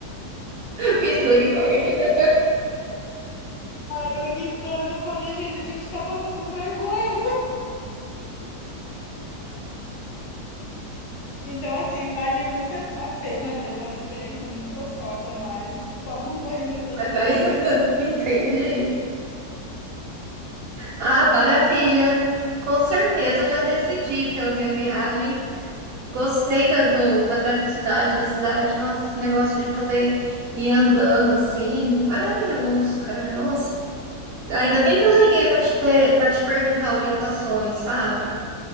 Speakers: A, on the right (about 65°); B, on the left (about 85°).
A: Misericórdia.
B: Eu gritando, falei, gente, a gente tá passando vergonha. Então, assim, vale muito a pena mesmo, é uma experiência muito gostosa, mas tome um banho depois.
A: Mas vai. Entendi. Ah, maravilha. Com certeza já decidi pela minha viagem. Gostei da, do- da praticidade da cidade. Nossa, esse negócio de poder ir andando assim, maravilhoso, cara. Nossa, ainda bem que eu liguei para te, para te perguntar orientações, sabe?